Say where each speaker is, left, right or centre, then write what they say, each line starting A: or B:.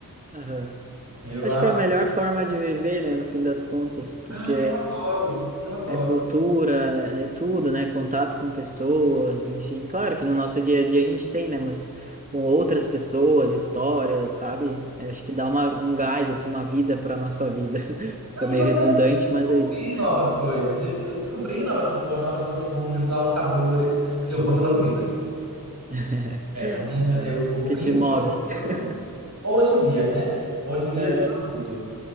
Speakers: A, on the right; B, on the right.
A: Aham.
B: Eu
A: Acho
B: acho.
A: que é a melhor forma de viver, né, no fim das contas, porque
B: Ah, eu adoro. Eu adoro.
A: É cultura, é tudo, né? Contato com pessoas, enfim. Claro que no nosso dia a dia a gente tem, né? Mas com outras pessoas, histórias, sabe? Eu acho que dá uma, um gás, assim, uma vida para nossa vida. <laughs> Fica
B: Não, e
A: meio
B: você
A: redundante, mas
B: descobrir
A: é isso.
B: novas coisas, de- eu descobrir novas pessoas, novos costumes, novos sabores, porque eu vou pela comida.
A: <laughs>
B: É, a minha,
A: É
B: eu
A: o
B: vou
A: que
B: principalmente
A: te move.
B: pela
A: <laughs>
B: comida. Hoje em dia, né? Hoje em dia,
A: É,
B: sendo adulto.